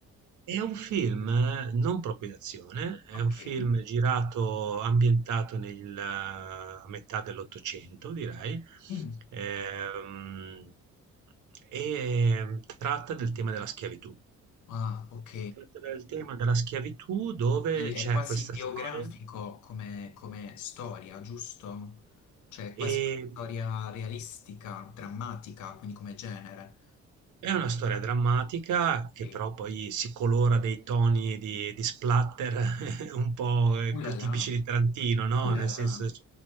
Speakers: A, on the right; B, on the left.
A: È un film eh, non proprio d'azione, è
B: ok.
A: un film girato, ambientato nella metà dell'Ottocento, direi,
B: Mm.
A: ehm, e tratta del tema della schiavitù.
B: Ah, ok.
A: Tratta del tema della schiavitù dove
B: Quindi
A: c'è
B: È quasi
A: questa
B: biografico
A: storia.
B: come, come storia, giusto? Cioè, è quasi
A: E
B: una storia realistica, drammatica, quindi come genere.
A: È una storia drammatica che
B: E-
A: però poi si colora dei toni di di splatter <laughs> un po', ehm,
B: Uh là là,
A: tipici di Tarantino, no,
B: uh là
A: nel senso
B: là.
A: c